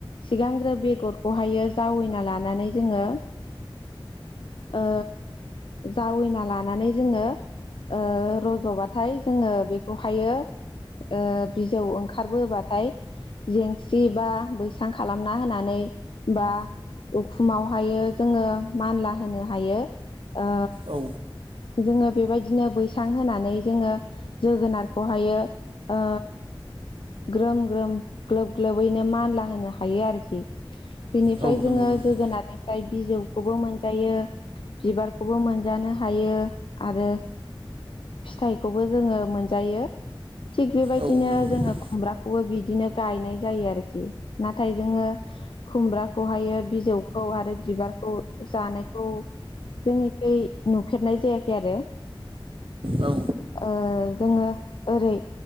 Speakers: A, on the left (about 65°); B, on the right (about 75°).
A: सिगांग्रो बेगरखौहायो जावैना लानानै जोङो ओ जावैना लानानै जोङो ओ रज'बाथाय जोङो बेखौहायो ओ बिजौ ओंखारबोबाथाय जेंसि बा बैसां खालामना होनानै बा उखुमाव हायो जोङो मानला होनो हायो। ओ
B: औ
A: जोङो बेबाय दिनो बैसां होनानै जोङो जोगोनारखौहायो ओ ग्रोम ग्रोम ग्लोब ग्लोबैनो मानला होनो हायो आरोखि। बिनिफ्राय
B: औ नंगौ
A: जोङो
B: नोंथां
A: जोगोनारनिफ्राय बिजौखौबो मोनजायो बिबारखौबो मोनजानो हायो आरो फिथाइखौबो जोङो मोनजायो थिग बेबायदिनो
B: औ नंगौ नोंथां
A: जोङो खुमब्राखौ खौबो बिदिनो गायनाय जायो आरोखि नाथाय जोङो खुमब्राखौहायो बिजौखौ खौ आरो बिबारखौ जानायखौ जोंनिखै नुफेरनाय जायाखै आरो
B: औ
A: ओ जोङो ओरै